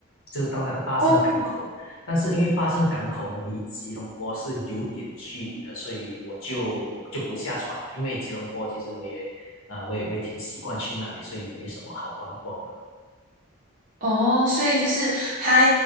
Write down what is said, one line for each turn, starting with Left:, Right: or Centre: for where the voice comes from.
Left: 就是到那个巴生港口，
Right: 哦，
Left: 但是因为巴生港口呢离吉隆坡是有点距离的，所以我就我就不下船了，因为吉隆坡其实我也啊，我也我也挺习惯去那里，所以也没什么好观光的。
Right: 哦，所以就是他